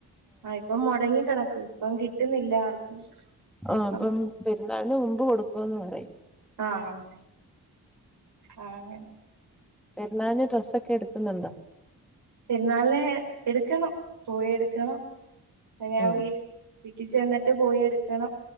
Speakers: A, on the right (about 75°); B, in the centre.
A: ആഹ് ഇപ്പൊ മൊടങ്ങി കിടക്കുവാ ഇപ്പം കിട്ടുന്നില്ല ആർക്കും
B: ആഹ്
A: ഇപ്പം
B: അപ്പം പെരുന്നാളിന് മുമ്പ് കൊടുക്കുന്ന് പറയുന്ന്
A: ആഹ് ആഹ് അങ്ങനെ
B: പെരുന്നാളിന് ഡ്രസ്സൊക്കെ എടുക്കുന്നുണ്ടോ
A: പെരുന്നാളിന് എടുക്കണം പോയി എടുക്കണം ഞാൻ
B: ഉം
A: വി വീട്ടിൽ ചെന്നിട്ട് പോയി എടുക്കണം